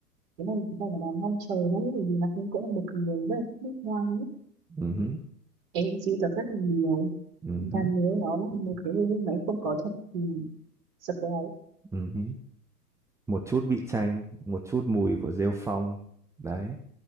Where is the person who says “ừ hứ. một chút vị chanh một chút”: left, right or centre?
Centre